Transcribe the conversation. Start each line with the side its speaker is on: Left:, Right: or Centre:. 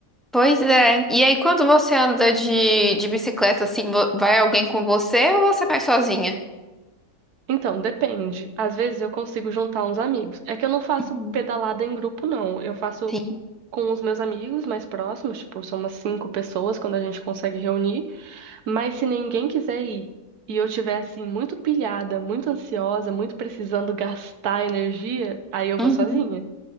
Centre: Pois é. E aí, quando você anda de, de bicicleta, assim, vo- vai alguém com você ou você vai sozinha?
Right: Então, depende. Às vezes eu consigo juntar uns amigos. É que eu não faço
Centre: Uhum.
Right: pedalada em grupo, não. Eu faço
Centre: Sim.
Right: com os meus amigos mais próximos, tipo, são umas cinco pessoas quando a gente consegue reunir. Mas se ninguém quiser ir e eu tiver, assim, muito pilhada, muito ansiosa, muito precisando gastar energia, aí eu vou
Centre: Uhum.
Right: sozinha.